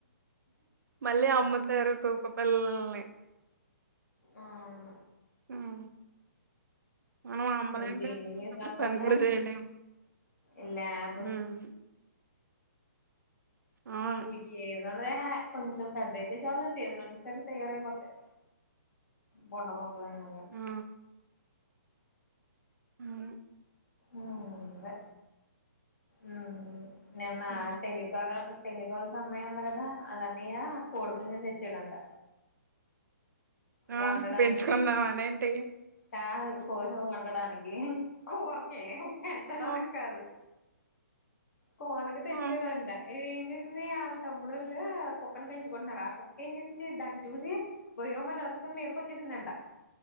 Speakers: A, on the right; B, on the left.
A: మళ్ళీ అమ్ముత్ తారు కుక్క పిల్లల్ని.
B: ఆ అవును
A: హ్మ్. మనం అమ్మలేం
B: ఇప్పుడు దీన్ని
A: కదా!
B: <unintelligible>
A: మనం అంత
B: సాల్తర్లే.
A: పని కూడా చేయలేము.
B: ఇల్లాబ్
A: హ్మ్. అవును.
B: ఈట్లిల్కీ తొందరహే కొంచెం పెద్దయితే చాలు సీజన్ వచ్చేసరికి తయారయిపోతాయ్. బొండబొక్కలైన గాని
A: ఆ! అవును
B: ఊ ఉండే ఊ నిన్నా
A: హ్మ్.
B: టెలికార టెలికాలర్ సమ్మయ్య ఉండు గదా, ఆళ్ళ అన్నయ్యా కోడిపుంజును తెచ్చాడంట.
A: ఆ!
B: వండడానికి.
A: పెంచుకుందాం అనేంటి?
B: కాదు కోసి వండడానికి. ఈన్ కూరకే పెంచడానికి
A: ఆ!
B: కాదు. కూరకి తెచ్చాడంట
A: ఆ!
B: ఏం చేస్ నిన్నే ఆళ్ళ్ తమ్ముడోళ్ళూ కుక్కను పెంచుకుంటున్నారు ఆ కుక్కేం చేశింది దాన్ని చూసి భయోమని అర్రుస్ తున్ మీదక్ వచ్చేసిందంట.